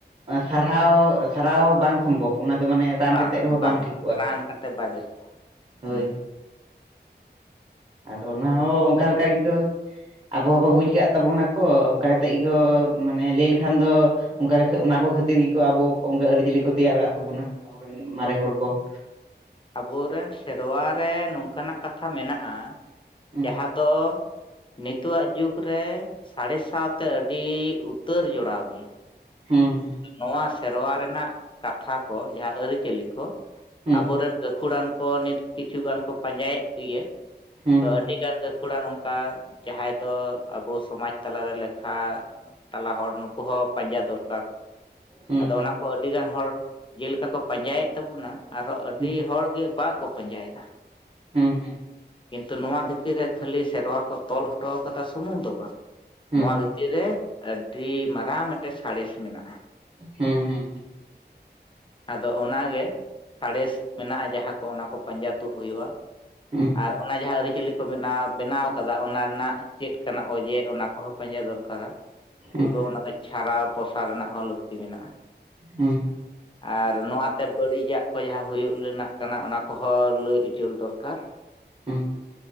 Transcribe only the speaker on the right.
ᱥᱟᱨᱦᱟᱣ, ᱥᱟᱨᱦᱟᱣ ᱵᱟᱝ ᱥᱚᱢᱵᱷᱚᱵ ᱚᱱᱟ ᱫᱚ ᱢᱟᱱᱮ ᱨᱟᱱ
ᱠᱟᱛᱮ ᱨᱮᱦᱚᱸ ᱵᱟᱝ ᱴᱷᱤᱠᱚᱜᱼᱟ
ᱦᱳᱭ
ᱟᱫᱚ ᱚᱱᱟ ᱦᱚᱸ ᱚᱱᱠᱟ ᱞᱮᱠᱟ ᱜᱮᱠᱚ ᱟᱵᱚ ᱦᱚᱸᱠᱚ ᱵᱩᱡᱽ ᱠᱟᱜ ᱛᱟᱵᱚᱱᱟ ᱠᱚ ᱚᱱᱠᱟ ᱠᱟᱛᱮᱫ ᱜᱮᱠᱚ ᱢᱟᱱᱮ ᱞᱟᱹᱭ ᱞᱮᱠᱷᱟᱱ ᱫᱚ ᱚᱱᱠᱟ ᱚᱱᱟ ᱠᱚ ᱠᱷᱟᱹᱛᱤᱨ ᱜᱮᱠᱚ ᱟᱵᱚ ᱚᱱᱠᱟ ᱟᱹᱨᱤᱪᱟᱹᱞᱤ ᱠᱚ ᱛᱮᱭᱟᱨ ᱟᱠᱟᱜ ᱛᱟᱵᱚᱱᱟ ᱟᱵᱚᱨᱮᱱ ᱢᱟᱨᱮ ᱦᱚᱲ ᱠᱚ
ᱦᱩᱸ
ᱦᱩᱸ-ᱦᱩᱸ
ᱦᱩᱸ
ᱦᱩᱸ
ᱦᱩᱸ
ᱦᱩᱸ
ᱦᱩᱸ ᱦᱩᱸ
ᱦᱩᱸ ᱦᱩᱸ
ᱦᱩᱸ ᱦᱩᱸ
ᱦᱩᱸ ᱦᱩᱸ
ᱦᱩᱸ
ᱦᱩᱸ
ᱦᱩ